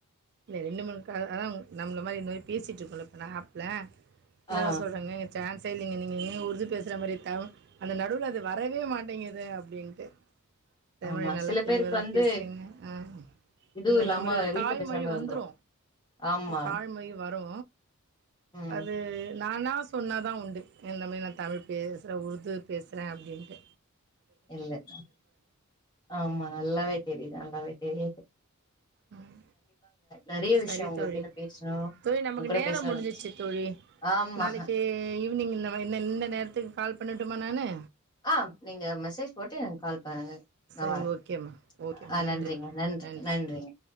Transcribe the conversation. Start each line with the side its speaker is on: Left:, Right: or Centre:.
Right: இல்ல ரெண்டு மூணு கா ஆ நம்மள மாரி இந்த மாரி பேசிட்டு இருக்கோல இப்ப நா ஆப்ல சிலர்ல்லா
Left: ஆ
Right: சொல்றாங்க சான்சே இல்லைங்க நீங்க எங்க உருது பேசுற மாரி தவ் அந்த நடுவுல அது வரவே மாட்டேங்குது அப்டின்ட்டு தமிழ்
Left: ஆமா
Right: நல்லா
Left: சில
Right: தெளிவதா
Left: பேருக்கு வந்து
Right: பேசுறீங்க ஆஹ்
Left: இதுவு
Right: அந்த
Left: இல்லாம
Right: நம்மளோட
Left: வீட்ல
Right: தாய்மொழி
Left: பேசுற மாரி
Right: வந்துரு
Left: ஆமா
Right: தாய்மொழி வரு
Left: ம்
Right: அது நானா சொன்னாதா உண்டு இந்த மாரி நா தமிழ் பேசுறே உருது பேசுறே அப்டின்ட்டு
Left: இல்லக்கா ஆமா நல்லாவே தெரிது நல்லாவே தெரி
Right: ம்
Left: நெறைய
Right: சரி
Left: விஷயோ உங்ககிட்ட
Right: தோழி
Left: பேசணு
Right: தோழி நமக்கு
Left: உங்க கூட
Right: நேர
Left: பேச
Right: முடிஞ்சிச்சு
Left: ரொம்ப
Right: தோழி
Left: ஆமா
Right: நாளைக்கு ஈவினிங் இந்த மா இந்த இந்த நேரத்துக்கு கால் பண்ணட்டு மா நானு
Left: ஆஹ் நீங்க மெசேஜ் போட்டு கால் பண்ணுங்க நா
Right: சரி
Left: வரே
Right: ஓகேம்மா ஓகேம்மா
Left: ஆஹ்
Right: நன்றி
Left: நன்றிங்க நன்றிங்க
Right: நன்றி
Left: நன்றிங்க